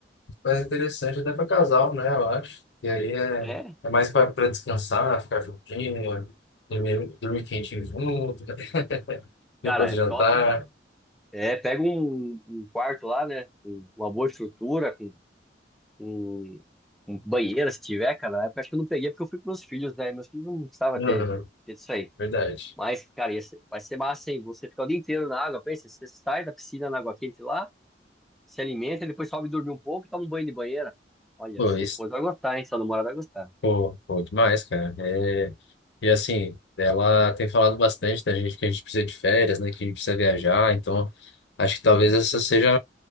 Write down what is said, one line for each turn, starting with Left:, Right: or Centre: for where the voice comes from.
Left: mais interessante até para casal, né? Eu acho. E aí é,
Centre: É,
Left: é mais para descansar, ficar juntinho, dormir, dormir quentinho junto, <laughs>
Centre: cara,
Left: depois
Centre: é
Left: do
Centre: top,
Left: jantar.
Centre: cara. É, pega um, um quarto lá, né? Com com uma boa estrutura, com um, um banheiro, se tiver, cara. Na época, acho que eu não peguei porque eu fui com meus filhos, né? Meus filhos não precisavam
Left: Uhum,
Centre: ter, ter isso aí.
Left: verdade.
Centre: Mas, cara, ia ser- vai ser massa, hein? Você ficar o dia inteiro na água, pensa, você sai da piscina na água quente lá, se alimenta, depois sobe dormir um pouco e toma um banho de banheira. Olha,
Left: Bom,
Centre: sua
Left: isso
Centre: esposa vai gostar, hein? Sua namorada vai gostar.
Left: Pô, pô, demais, cara. É, E assim, ela tem falado bastante da gente que a gente precisa de férias, né? Que a gente precisa viajar. Então, acho que talvez essa seja